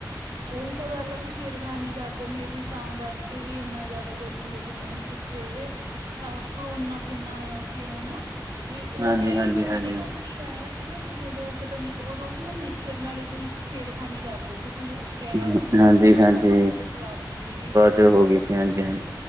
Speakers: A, on the right; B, on the right.
A: ਓਈ ਤਾਂ ਗੱਲ ਆ ਵੀ ਛੇੜਖਾਨੀ ਕਰਦੇ ਮੇਬੀ ਤਾਂ ਕਰਕੇ ਵੀ ਇੰਨਾ ਜ਼ਿਆਦਾ ਕੁਛ ਹੁੰਦਾ ਜਿਵੇਂ ਹੁਣ ਪਿ ਪਿੱਛੇ ਜੇ ਆਹਾ, ਕਰੋਨਾ ਕਿੰਨਾ ਆਇਆ ਸੀ ਹੈਨਾ ਵੀ ਓ
B: ਹਾਂਜੀ-ਹਾਂਜੀ-ਹਾਂਜੀ।
A: ਵੀ ਏਦੇ ਕਾਰਕੇ ਈ ਆਯਾ ਸੀਗਾ ਵੀ ਜਦੋਂ ਪਤਾ ਨੀ ਓਦੋਂ ਵੀ ਓ ਨੇਚਰ ਨਾਲ ਈ ਕੋਈ ਛੇੜਖਾਨੀ ਕਰਦੇ ਸੀ, ਕੋਈ ਹ ਗੈਸ
B: ਹਾਂਜੀ-ਹਾਂਜੀ
A: ਓਨਾਂ ਨੇ ਹਨਾ ਹਵਾ 'ਚ ਫੈਲਾਤੀ ਸੀਗੀ।
B: ਤੇ ਹੋ ਗੀ ਸੀ, ਹਾਂਜੀ -ਹਾਂਜੀ।